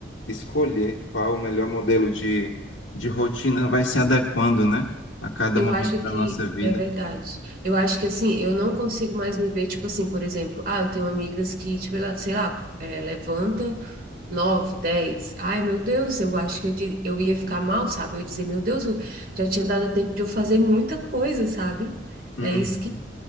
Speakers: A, on the left; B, on the right.
A: escolher qual o melhor modelo de, de rotina vai se adequando, né? A cada
B: Eu
A: momento
B: acho
A: da
B: que
A: nossa vida.
B: é verdade. Eu acho que assim, eu não consigo mais me ver, tipo assim, por exemplo, ah, eu tenho amigas que, tipo, ela- sei lá, é, levanta nove, dez. Ai, meu Deus, eu acho que eu, di- eu ia ficar mal, sabe? Eu ia dizer, meu Deus, eu já tinha dado tempo de eu fazer muita coisa, sabe?
A: Uhum.
B: É isso que.